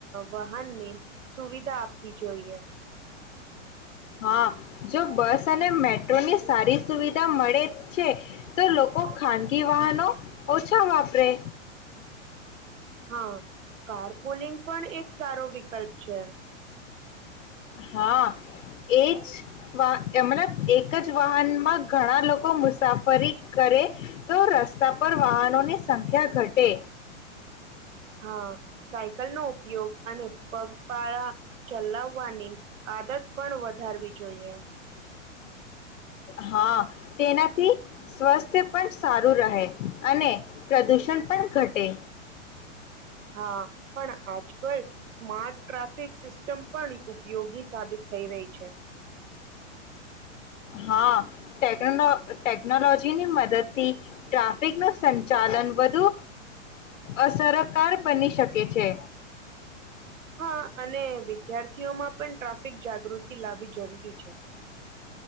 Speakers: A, on the right; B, on the left.
A: વાહનની સુવિધા આપવી જોઈએ
B: હા જો બસ અને મેટ્રોની સારી સુવિધા મળે છે, તો લોકો ખાનગી વાહનો ઓછા વાપરે
A: હા કાર પુલિંગ પણ એક સારો વિકલ્પ છે,
B: હા એજ વા મલ એક જ વાહનમાં ઘણા લોકો મુસાફરી કરે તો રસ્તા પર વાહનોની સંખ્યા ઘટે
A: હા સાયકલ નો ઉપયોગ અને પગપાળા ચલાવવાની આદત પણ વધારવી જોઈએ
B: હા તેનાથી સ્વાસ્થ્ય પણ સારું રહે અને પ્રદૂષણ પણ ઘટે.
A: હા પણ આજકલ સ્માર્ટ ટ્રાફિક સિસ્ટમ પણ ઉપયોગી સાબિત થઈ રહી છે.
B: હા ટેકનોલોજીની મદદ થી ટ્રાફિક નું સંચાલન વધુ અસરકાર બની શકે છે.
A: હા અને વિદ્યાર્થીઓમાં પણ ટ્રાફિક જાગૃતિ લાવવી જરૂરી છે.